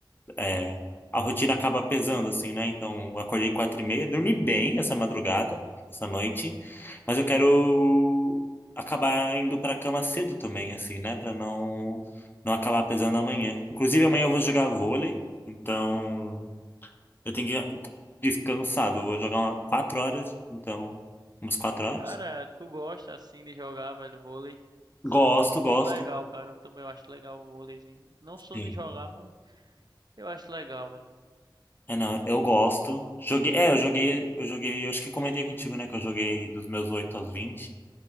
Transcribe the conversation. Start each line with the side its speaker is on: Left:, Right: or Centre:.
Left: é, a rotina acaba pesando assim, né? Então, eu acordei quatro e meia, dormi bem essa madrugada, essa noite, mas eu quero acabar indo para cama cedo também, assim, né? Para não não acabar pesando amanhã. Inclusive amanhã eu vou jogar vôlei, então eu tenho que ir descansado, eu vou jogar uma, quatro horas, então umas quatro horas.
Right: Cara, tu gosta assim de jogar, velho, vôlei?
Left: Gosto,
Right: Isso É um esporte
Left: gosto.
Right: legal, cara. Eu também acho legal o vôleizinho. Não sou
Left: Sim.
Right: de jogar, mas eu acho legal, velho.
Left: É, não, eu gosto. Joguei, é, eu joguei, eu joguei, eu acho que comentei contigo, né, que eu joguei dos meus 8 aos 20.